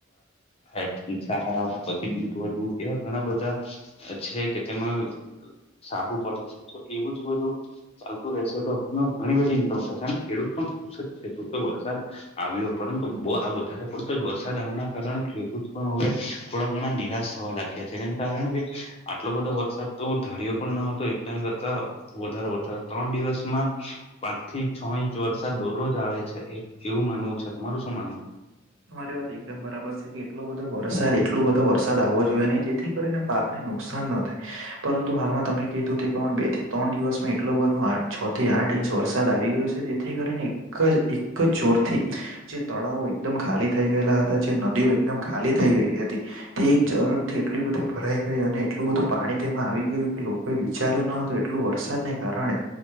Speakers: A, on the left (about 30°); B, on the right (about 85°).
A: હ સારા પછી દૂધ વધુ એવા ઘણા બધા છે કે તેમાં સારું પડે છે તો એવું જ બધું ચાલતું રહેશે તો આપણ ઘણી બધી ઇન્કમ થશે ખેડૂત પણ ખુશ જ છેબરસાદ આવ્યો પરંતુ બહુ આ વધારે પડતો જ વરસાદ આવવાના કારણે હવે થોડા ઘણા નિરાશ થવા લાગ્યા છે જે કારણ કે આટલો બધો વરસાદ તો ધાારીિયો પણ ના હતો એટલા કરતા વધારે વધાર ત્રણ દિવસમાં પાંચ થી છ ઇંચ વરસાદ દોરરોજ આવે છે એ કેવું માનવું છે તમારું શું માનવું
B: તમારી વાત એકદમ બરાબર છે કે એટલો બધો વરસાદ એટલો બધો વરસાદ આવવો જોઈએ નહીિ તેથી કરીને પાકને નુકસાન ન થાય પરંતુ હાલમાં તમે કીધું તે પ્રમા બે થી ત્રણ દિવસમાં એટલો બધો આ છ થી આઠ ઇંચ વરસાદ આવી ગયો છે જેથી કરીને એક એક જોરથી જે તળાવો એકદમ ખાલી થઈ ગયેલા હતા જે નદીઓ એકદમ ખાલી થઈ ગયેલી હતી તે એક ઝરફ થી એટલી બધી ભરાઈ ગઈ અને એટલું બધું પાણી તેમાં આવી ગયું કે કોઈ વિચાર્યું ન હતું એટલું વરસાદને કારણે